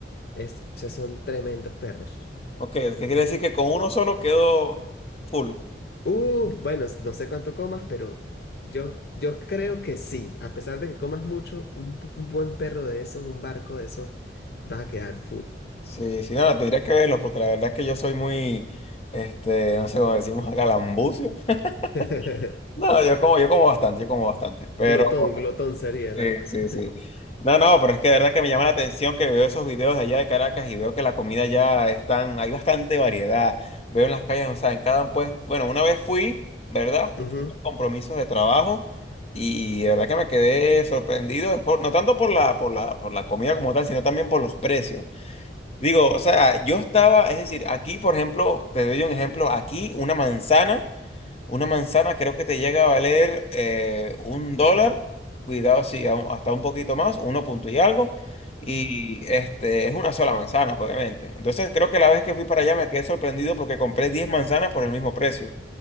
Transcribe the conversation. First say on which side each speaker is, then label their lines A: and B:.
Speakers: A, on the left (about 55°); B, on the left (about 35°).
A: Es, o sea, son tremendos perros.
B: ok, ¿qué quiere decir? Que con uno solo quedo full.
A: Uh, bueno, no sé cuánto comas, pero yo, yo creo que sí. A pesar de que comas mucho, un, bu- un buen perro de esos, un barco de esos, va a quedar full.
B: Sí, sí, nada, tendría que verlo, porque la verdad es que yo soy muy, este, no sé cómo decimos acá, lambucio. <laughs>
A: <laughs>
B: No, yo como, yo como bastante, yo como bastante. Pero
A: Glotón, glotón sería
B: Sí,
A: la. <laughs>
B: sí, sí. No, no, pero es que de verdad que me llama la atención que veo esos videos de allá de Caracas y veo que la comida ya están, hay bastante variedad. Veo en las calles, o sea, en cada puesto. Bueno, una vez fui, ¿verdad?
A: Ujú.
B: Fui por compromisos de trabajo y de verdad que me quedé sorprendido, es por- no tanto por la, por la, por la comida como tal, sino también por los precios. Digo, o sea, yo estaba, es decir, aquí, por ejemplo, te doy un ejemplo, aquí una manzana. Una manzana creo que te llega a valer eh, un dólar, cuidado si hasta un poquito más, uno punto y algo, y este es una sola manzana, pues, obviamente. Entonces creo que la vez que fui para allá me quedé sorprendido porque compré 10 manzanas por el mismo precio.